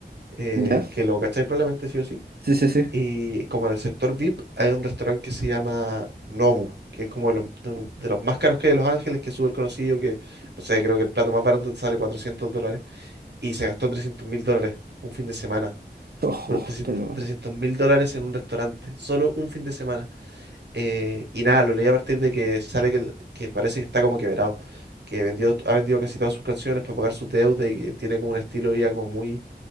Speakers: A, on the right; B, on the right.
A: eh,
B: ¿Ya?
A: que lo cacháis probablemente sí o sí,
B: Sí, sí, sí.
A: y como en el sector VIP hay un restaurante que se llama Nobu. que es como de los, de uno- de los más caros que hay en Los Ángeles, que es súper conocido, que, no sé, creo que el plato más barato te sale 400 dólares y se gastó trescientos mil dólares un fin de semana.
B: <laughs> Ojo,
A: Bro,
B: pero...
A: trescientos mil dólares en un restaurante, solo un fin de semana. Eh, y nada, lo leí a partir de que sale que, el- que parece que está como quebrado, que vendió, ha vendido casi todas sus canciones para pagar sus deudas y que tiene como un estilo de vida como muy